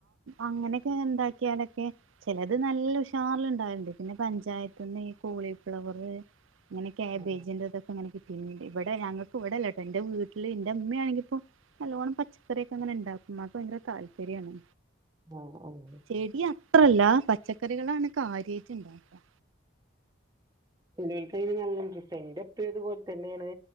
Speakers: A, on the right; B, on the right.
A: അങ്ങനെയക്കെ ഉണ്ടാക്കിയാലൊക്കെ ചലത് നല്ല ഉഷാറില് ഇണ്ടാവാറുണ്ട് പിന്നെ പഞ്ചായത്ത്ന്ന് ഈ കോളിപ്ലവർ ങ്ങനെ കാമ്പേട്ന്റ
B: ആഹ്
A: തൊക്കെ ഉം ഇവിടെ ഞങ്ങൾക്ക് ഇവിടെല്ല കേട്ടോ എന്റെ വീട്ടില് എന്റെ അമ്മയാണെങ്കി ഇപ്പ നല്ലവണ്ണം പച്ചക്കറിയൊക്കെ അങ്ങനെ ഇണ്ടാക്കുംമാക്ക് ഭയങ്കര താല്പര്യണ്
B: ആഹ്
A: ചെടി അത്രല്ല പ പച്ചക്കറികളാണ് കാര്യമായിട്ട് ഉണ്ടാക്കുക
B: നല്ല ഇൻട്രസ്റ്റ് എന്റെപ്പ ഇതു പോലെ തന്നെയാണ്